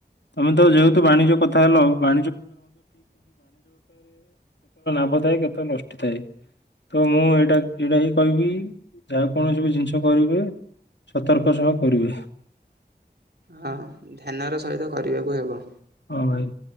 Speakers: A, on the left (about 90°); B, on the right (about 65°).
A: ତମେ ତ ଯେହେତୁ ବାଣିଜ୍ୟ କଥା ହେଲ ବା- ଶୁଭ ଥାଏ କେତେ ନଷ୍ଟି ଥାଏ ତ ମୁଁ ଏଇଟା ଏଇଟା ହିଁ କହିବି ଯାହା କୌଣସି ବି ଜିନିଷ କରିବେ ସତର୍କ ସହ କରିବେ
B: ହଁ ଧ୍ୟାନ ର ସହିତ କରିବାକୁ ହେବ
A: ହଁ ଭାଇ